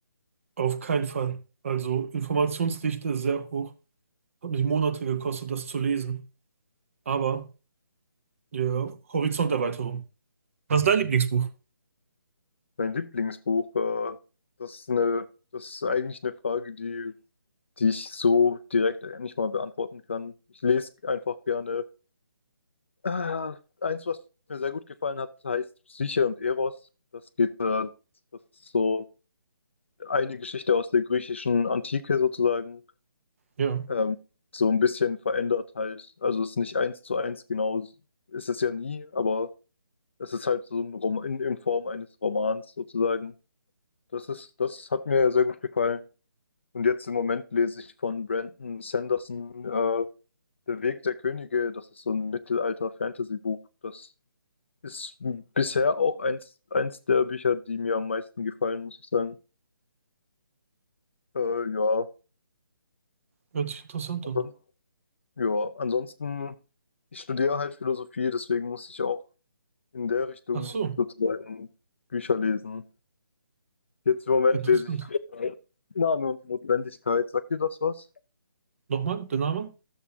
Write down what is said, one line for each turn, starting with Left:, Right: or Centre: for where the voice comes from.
Right: auf keinen Fall. Also Informationsdichte sehr hoch. Hat mich Monate gekostet, das zu lesen. Aber ja, Horizonterweiterung. Was ist dein Lieblingsbuch?
Left: Mein Lieblingsbuch, äh, das ist eine, das ist eigentlich eine Frage, die, die ich so direkt nicht mal beantworten kann. Ich lese einfach gerne. Äh, eins, was mir sehr gut gefallen hat, heißt Psyche und Eros. Das geht, äh, das ist so eine Geschichte aus der griechischen Antike sozusagen.
Right: Ja,
Left: Ähm, so ein bisschen verändert halt. Also es ist nicht eins zu eins genau, ist es ja nie, aber Es ist halt so ein Roman in, in Form eines Romans sozusagen. Das ist, das hat mir sehr gut gefallen. Und jetzt im Moment lese ich von Brandon Sanderson äh, Der Weg der Könige. Das ist so ein Mittelalter-Fantasy-Buch. Das ist bisher auch eins, eins der Bücher, die mir am meisten gefallen, muss ich sagen. Äh, ja,
Right: hört sich interessant
Left: ansonsten-
Right: an.
Left: ja, ansonsten, ich studiere halt Philosophie, deswegen muss ich auch in der Richtung
Right: Ach so,
Left: sozusagen Bücher lesen. Jetzt im Moment
Right: interessant.
Left: lese ich äh, Name und Notwendigkeit. Sagt dir das was?
Right: Nochmal, der Name?